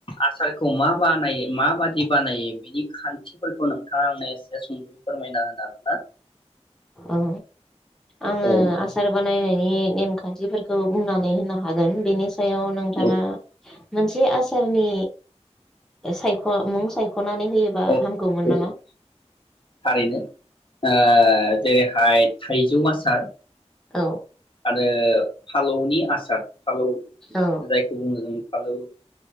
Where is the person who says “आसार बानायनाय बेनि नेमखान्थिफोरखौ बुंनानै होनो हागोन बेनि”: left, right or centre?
Centre